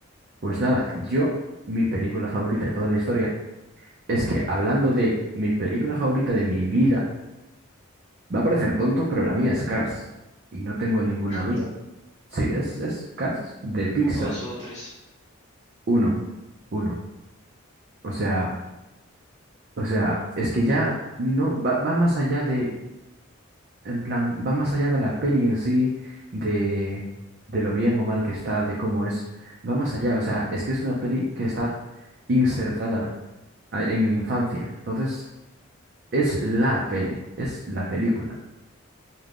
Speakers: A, on the right; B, on the left.
A: pues nada, yo, mi película favorita de toda la historia, es que hablando de mi película favorita de mi vida, Va a parecer tonto, pero la mía es Cars. Y no tengo ninguna
B: <laughs>
A: duda. Sí, es, es Cars de Pixar.
B: Uno, dos o tres.
A: Uno. Uno. O sea, o sea, es que ya no va, va más allá de, en plan, va más allá de la peli en sí, de, de lo bien o mal que está, de cómo es. Va más allá. O sea, es que es una peli que está insertada a- en mi infancia. Entonces, es la peli, es la película.